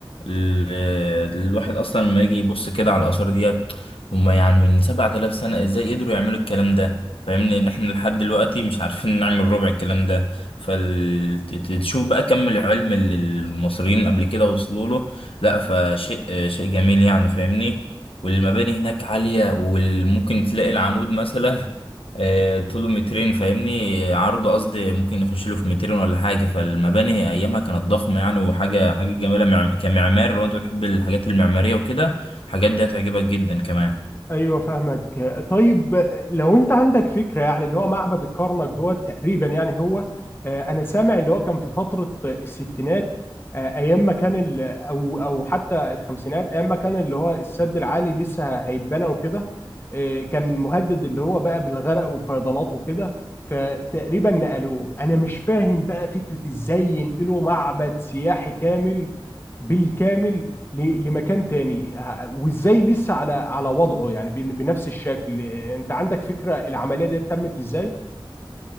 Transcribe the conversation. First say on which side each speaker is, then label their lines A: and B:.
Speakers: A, on the left; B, on the left.
A: ال- آه، الواحد اصلا لما يجي يبص كده على الاثار ديت هم يعني من 7000 سنه ازاي قدروا يعملوا الكلام ده فاهمني ان احنا لحد دلوقتي مش عارفين نعمل ربع الكلام ده فتشوف بقى كم العلم اللي المصريين قبل كده وصلوا له لا فشيء آه، شيء جميل يعني فاهمني والمباني هناك عالية وممكن تلاقي العمود مثلا آه، طوله مترين فاهمني عرضه قصدي ممكن يخش له في مترين ولا حاجة فالمباني أيامها كانت ضخمة يعني وحاجة حاجة جميلة معم- كمعمار لو أنت بتحب الحاجات المعمارية وكده الحاجات دي هتعجبك جدا كمان
B: ايوه فاهمك طيب لو انت عندك فكره يعني اللي هو معبد الكرنك دوت تقريبا يعني هو آه، انا سامع اللي هو كان في فتره الستينات آه، ايام ما كان ال- او او حتى الخمسينات ايام ما كان اللي هو السد العالي لسه هيتبنى وكده آه، كان مهدد اللي هو بقى بالغرق والفيضانات وكده فتقريبا نقلوه انا مش فاهم بقى فكره ازاي ينقلوا معبد سياحي كامل بالكامل ل- لمكان تاني ه- وازاي لسه على على وضعه يعني بن- بنفس الشكل آه، انت عندك فكرة العملية دي تمت ازاي